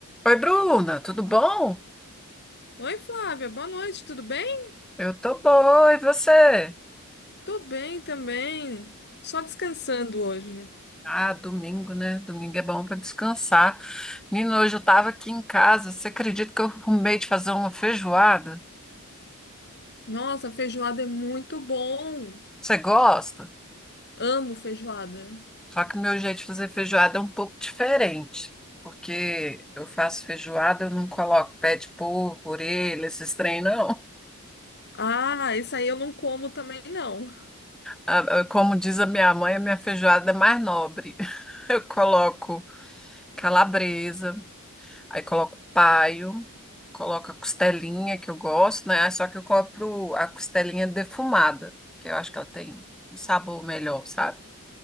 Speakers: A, in the centre; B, on the left (about 50°).
A: Oi, Bruna, tudo bom?
B: Oi, Flávia, boa noite, tudo bem?
A: Eu tô boa, e você?
B: Tô bem também. Só descansando hoje.
A: Ah, domingo, né? Domingo é bom para descansar. Menino, hoje eu tava aqui em casa. Você acredita que eu arrumei de fazer uma feijoada?
B: Nossa, feijoada é muito bom.
A: Você gosta?
B: Amo feijoada.
A: Só que o meu jeito de fazer feijoada é um pouco diferente, porque eu faço feijoada, eu não coloco pé de porco, orelha, esses trem, não.
B: Ah, isso aí eu não como também não.
A: Ah, ah, Como diz a minha mãe, a minha feijoada é mais nobre. <laughs> Eu coloco calabresa. Aí coloco paio, coloco a costelinha que eu gosto, né? Só que eu compro a costelinha defumada, que eu acho que ela tem um sabor melhor, sabe?